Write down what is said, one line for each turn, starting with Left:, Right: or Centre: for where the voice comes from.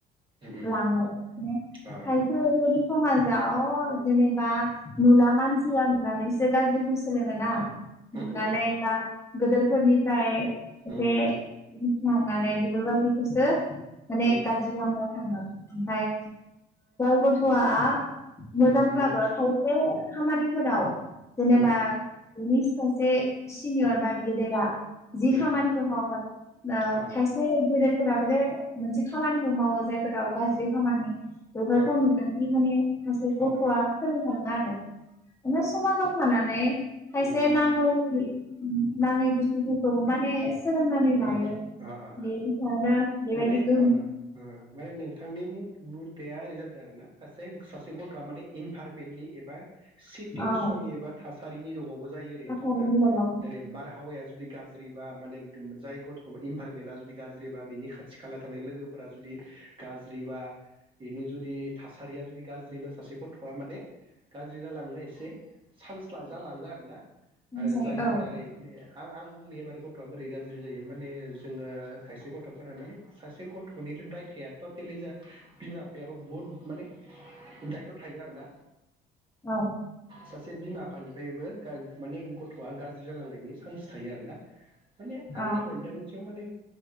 Right: उम
Left: लाङो माने
Right: आ
Left: खायसे ओरैबायदि समाज। जाव जेनेबा नुना मानसिया नुनानैसो गाज्रिखौ सोलोङोना।
Right: उम
Left: नुनानै
Right: उम
Left: बा गेदेरफोरनिफाय
Right: उम
Left: जे
Right: उम
Left: <unintelligible> मावनानै बेफोरबायदिखौसो माने
Right: उम उम
Left: गाज्रि लामायाव <inaudible> <inaudible> <inaudible> मोजांब्लाबो
Right: उम
Left: खायसे खामानिफोराव जेनेबा
Right: उम
Left: बिनि <unintelligible> जि
Right: उम
Left: खामानिखौ मावगोन
Right: आ
Left: खायसे गेदेर फोराबो बे मोनसे खामानिखौ मावो जाय फोराव गाज्रि खामानि बेफोरखौ
Right: आ
Left: नुनानै माने सासे
Right: औ
Left: गथ'आ
Right: ओ
Left: सोलोंना गारो समाजाव थानानै खायसे
Right: उम
Left: नाङै। नाङै बुसथुफोरखौ माने सोलोंनानै
Right: अ
Left: लायो
Right: अ अ
Left: बेनि सायावनो बेबायदि
Right: माने
Left: गोहोम
Right: अ अ माने नों। बिथांनि मुथाया ओरै जादों आरो ना ससे सासे गथ'आ माने इनभारमेन्टनि एबा सिटुवेसननि
Left: औ
Right: एबा था <unintelligible> जायो
Left: थासारिनि
Right: रखम ना
Left: औ उम
Right: जेरै बारहावाया जुदि गाज्रि। <unintelligible> जाय गथ' इनभाररमेन्टआ जुदि गाज्रिबा बिनि खाथि खाला थानाय, लोगोफोरा जुदि गाज्रिबा बेनि जुदि थासारिया जुदि गाज्रिबा सासे गथ'आ माने गाज्रि जालांनो एसे। चान्स जालाङो आरोना,
Left: ओमफ्राय
Right: आरो जायनि
Left: औ
Right: दारै माने आं आं बुंनिा एबार गथ'आ बोरै गाज्रि। ज्रि जायो माने जोङो खायसे गथ'फोरा माने सासे गथ'नि दायथया टटेलि जा बिमा बिफायाबो बहुद माने दायथ' थायो आरोना।
Left: औ
Right: सासे बिमा बिफानिफ्रायबो माने गथ'आ गाज्रि जालांनायनि चान्स थायो आरो ना आंनि
Left: औ
Right: मोनदांथियाव माने